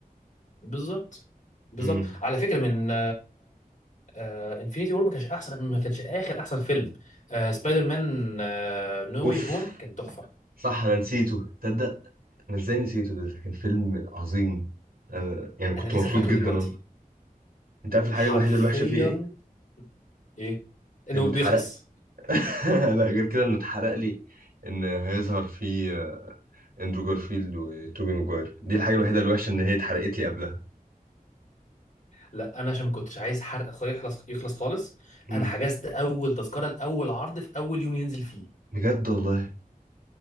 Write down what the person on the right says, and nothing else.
امم
اوف
صح انا نسيته تصدق انا ازاي نسيته ده ده كان فيلم عظيم انا يعني كنت
مبسوط
جدا
أنا. انت عارف الحاجه
الوحيده الوحشه فيه ايه
انه اتحرق
<laughs> لا غير كده انه اتحرق لي ان هيظهر فيه اندرو جارفيلد وتوبي ماجواير دي الحاجه الوحيده الوحشه ان هي اتحرقت لي قبلها
مم.
بجد والله